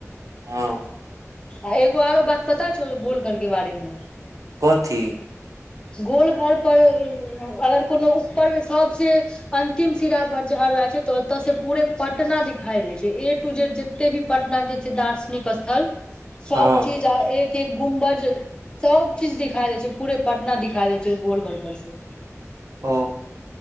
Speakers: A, on the right (about 85°); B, on the left (about 20°).
A: ह।
B: आ एगो आरो बात पता छौ गोलघरके बारेमे?
A: कथि।
B: गोलघर पर अगर कोनो ऊपर मे सभसे अंतिम सिरा पर चढ़ल जाइ छै, तऽ ओतसे पूरे पटना दिखाई देय छै। ए टू जेड जते भी पटनाके छै, दार्शनिक स्थल सभ
A: हँ
B: चीज। एक एक गुमबज। सभ चीज दिखाई दे छै, पूरे पटना दिखा दे छै, गोलघर पर से।
A: ओ।